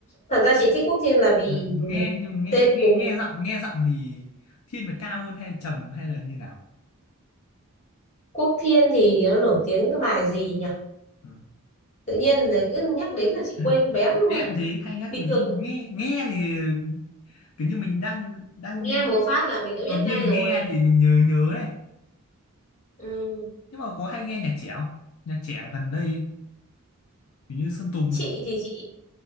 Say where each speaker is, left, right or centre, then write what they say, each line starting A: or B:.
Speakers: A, on the left; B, on the left.
A: thật ra chị thích Quốc Thiên là vì
B: Ừ. nghe nhưng mà nghe
A: tên
B: nghe
A: cùng
B: nghe giọng nghe giọng thì thiên về cao hơn hay trầm hay là như nào
A: Quốc Thiên thì nó nổi tiếng cái bài gì nhỉ
B: ừ.
A: tự nhiên là cứ nhắc đến là chị
B: <laughs>
A: quên béng luôn
B: em
A: đấy
B: thế hay nhắc
A: bình
B: đến
A: thường
B: nghe nghe thì Cứ như mình đang đang
A: nghe một phát là mình đã
B: đột
A: biết ngay
B: nhiên mình
A: rồi
B: nghe thì mình nhớ nhớ này.
A: ừ.
B: Nhưng mà có hay nghe nhạc trẻ không? Nhạc trẻ gần đây ấy, kiểu như Sơn Tùng,
A: chị thì chị